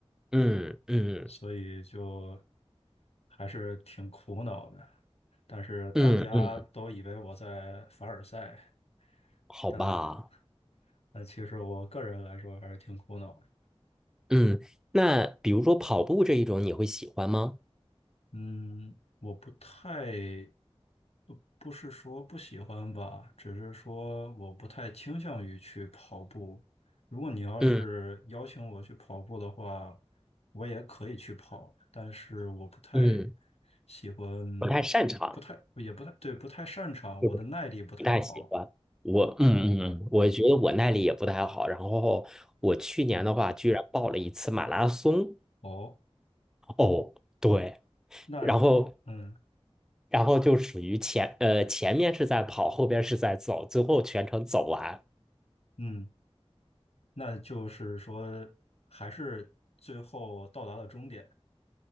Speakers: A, in the centre; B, on the left.
A: 嗯嗯
B: 所以就还是挺苦恼的。但是大家都以为我在凡尔赛，
A: 嗯嗯，好吧，
B: 但但其实我个人来说还是挺苦恼的。
A: 嗯，那比如说跑步这一种，你会喜欢吗？
B: 嗯，我不太，呃不是说不喜欢吧，只是说我不太倾向于去跑步。如果你要是邀请我去跑步的话，
A: 嗯
B: 我也可以去跑，但是我不太
A: 嗯，
B: 喜欢，
A: 不太擅长，
B: 不太，也不太，对，不太擅长，
A: 就是
B: 我的耐力不太好。
A: 不太喜欢。我嗯嗯嗯，
B: 嗯
A: 我觉得我耐力也不太好。然后我去年的话，
B: 嗯，
A: 居然报了一次马拉松。
B: 哦。
A: 哦，对，
B: 那嗯
A: 然后然后就属于前呃前面是在跑，后边是在走，最后全程走完。
B: 嗯，那就是说，还是最后到达了终点。